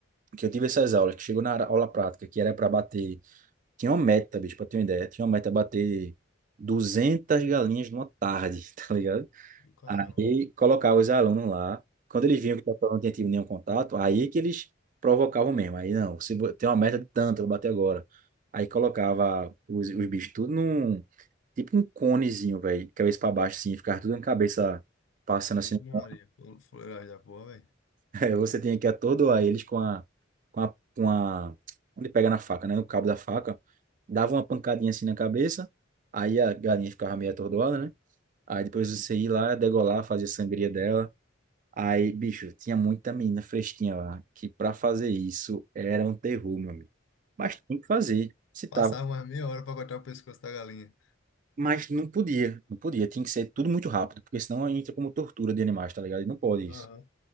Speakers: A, on the right (about 40°); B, on the left (about 80°).
A: que eu tive essas aulas, que chegou na ara- aula prática, que era para bater, tinha uma meta, bicho, para ter uma ideia, tinha uma meta bater 200 galinhas numa tarde, <laughs> tá ligado?
B: E Caramba.
A: Aí colocava os alunos lá, quando eles viam que o pessoal não tinha tido nenhum contato, aí que eles provocavam mesmo. Aí não, você bo- tem uma meta de tanto, eu vou bater agora. Aí colocava os, os bichos tudo num tipo um conezinho, velho, cabeça pra baixo, assim, ficar tudo na cabeça passando
B: Vixe
A: assim. no cone.
B: Maria, como fuleiragem da porra, velho.
A: <laughs> Aí Você tem que atordoar eles com a, com a, com a, onde pega na faca, né? No cabo da faca. Dava uma pancadinha assim na cabeça, aí a galinha ficava meio atordoada, né? Aí depois você ia lá, degolar, fazer sangria dela. Aí, bicho, tinha muita menina fresquinha lá, que pra fazer isso era um terror, meu amigo. Mas tem que fazer. Se tá
B: Passava umas meia hora pra cortar o pescoço da galinha.
A: Mas não podia, não podia. Tinha que ser tudo muito rápido, porque senão entra como tortura de animais, tá ligado? E não pode isso.
B: Aham.